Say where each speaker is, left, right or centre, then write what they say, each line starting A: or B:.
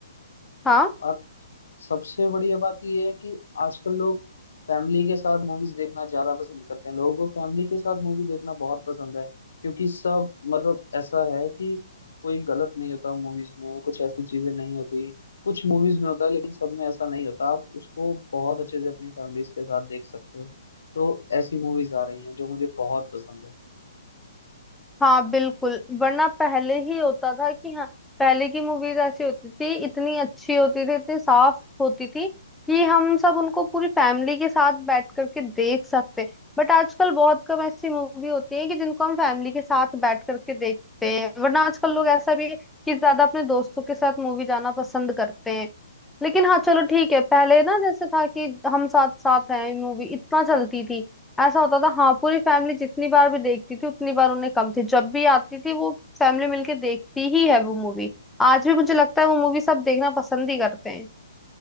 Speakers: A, in the centre; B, on the left.
A: हाँ
B: और सबसे बढ़िया बात यह है कि आजकल लोग फैमिली के साथ मूवीज देखना ज्यादा पसंद करते हैं लोगों को फैमिली के साथ मूवी देखना बहुत पसंद है क्योंकि सब मतलब ऐसा है कि कोई गलत नहीं होता मूवीज में कुछ ऐसी चीजें नहीं होती कुछ मूवीज में होता है लेकिन सब में ऐसा नहीं होता आप उसको बहुत अच्छे से अपनी फैमिलीज के साथ देख सकते हो तो ऐसी मूवीज आ रही हैं जो मुझे बहुत पसंद है
A: हाँ बिल्कुल वरना पहले ही होता था कि हाँ पहले की मूवीज ऐसी होती थी इतनी अच्छी होती थी इतनी साफ होती थी कि हम सब उनको पूरी फैमिली के साथ बैठ करके देख सकते बट आजकल बहुत कम ऐसी मूवी होती है कि जिनको हम फैमिली के साथ बैठ करके देखते हैं वरना आजकल लोग ऐसा भी है कि ज्यादा अपने दोस्तों के साथ मूवी जाना पसंद करते हैं लेकिन हाँ चलो ठीक है पहले ना जैसे था कि हम साथ साथ हैं मूवी इतना चलती थी ऐसा होता था हाँ पूरी फैमिली जितनी बार भी देखती थी उतनी बार उन्हें कम थी जब भी आती थी वो फैमिली मिलके देखती ही है वो मूवी आज भी मुझे लगता है वो मूवी सब देखना पसंद ही करते हैं